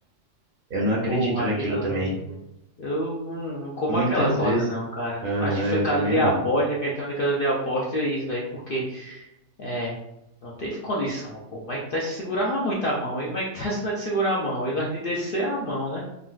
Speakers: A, on the right; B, on the left.
A: Eu não acredito
B: Pô, aquilo
A: naquilo
B: ali.
A: também.
B: Eu não, não como
A: Muitas
B: aquela corda,
A: vezes.
B: não, cara.
A: Aham,
B: Acho que foi
A: eu
B: casa
A: também
B: de
A: não.
B: aposta, questão de casa de aposta, é isso, velho. Porque. É. Não teve condição, pô. O Mike Tyson segurava muito a mão. E o Mike <laughs> Tyson não é de segurar a mão. Ele é de descer a mão, né?